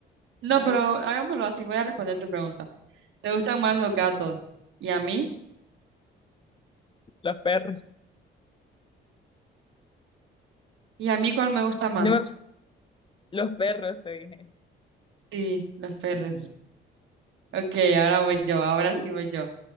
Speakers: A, on the right; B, on the left.
A: No,
B: Vos.
A: pero hagámoslo así, voy a responder tu pregunta. ¿Te gustan más los gatos? ¿Y a mí?
B: Los perros.
A: ¿Y a mí cuál me gusta más?
B: No me- Los perros, te dije.
A: Sí, los perros. Ok, ahora voy yo, ahora sí voy yo.